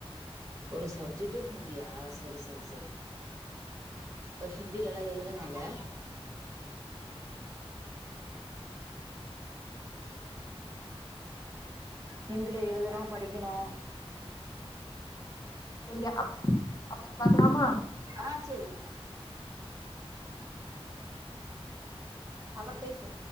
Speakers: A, on the right; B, on the left.
A: ஒரு சப்ஜெக்ட்டே ஹிந்தியா சரி சரி சரி இப்ப ஹிந்தியிலல்லா மஎழுத னால ஹிந்தில எழுதனு படிக்கணு
B: சரியா அ அப்புறோ பாக்கலாமா
A: ஆ சரி அப்றோ பேசு